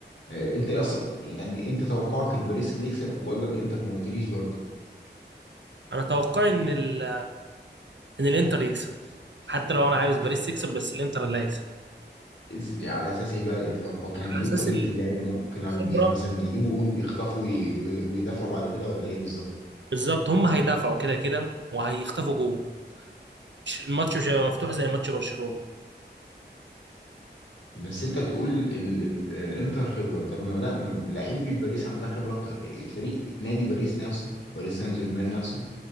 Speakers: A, on the left; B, on the right.
A: آه، انت اصلا يعني انت توقعك ان باريس اللي يكسب ولا الانتر ما قلتليش برضه
B: انا اتوقع ان ال... ان الانتر يكسب حتى لو انا عاوز باريس تكسب بس الانتر اللي هيكسب
A: إز- على اساس ايه بقى ايه توقعك يعني
B: على
A: ايه
B: اساس
A: طريقه
B: ال-
A: اللعب اللي ممكن يلعبوا
B: الخبره
A: بيها مثلا يجيبوا جون يخطفوا وي- وي- ويدافعوا بعد كده ولا ايه بالظبط
B: بالظبط هم هيدافعوا كده كده وهيخطفوا جول مش الماتش مش هيبقى مفتوح زي ماتش برشلونه
A: بس انت بتقول ال ال الانتر خبره طب ما لا ما- لعيبه باريس عندها خبره اكتر فريق نادي باريس نفسه باريس سان جيرمان نفسه